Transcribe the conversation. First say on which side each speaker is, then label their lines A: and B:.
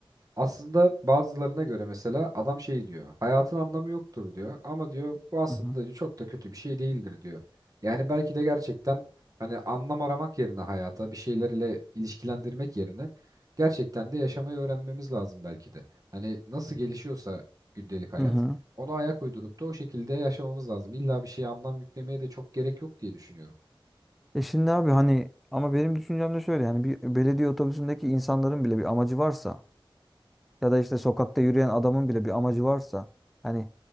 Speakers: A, on the right; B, in the centre.
A: Aslında bazılarına göre mesela adam şey diyor. Hayatın anlamı yoktur diyor. Ama diyor bu aslında
B: Hı hı.
A: diyor, çok da kötü bir şey değildir diyor. Yani belki de gerçekten hani anlam aramak yerine hayata bir şeylerle ilişkilendirmek yerine gerçekten de yaşamayı öğrenmemiz lazım belki de. Hani nasıl gelişiyorsa gündelik hayat
B: Hı hı.
A: ona ayak uydurup da o şekilde yaşamamız lazım. İlla bir şeye anlam yüklemeye de çok gerek yok diye düşünüyorum.
B: E şimdi abi hani ama benim düşüncem de şöyle yani bir belediye otobüsündeki insanların bile bir amacı varsa Ya da işte sokakta yürüyen adamın bile bir amacı varsa hani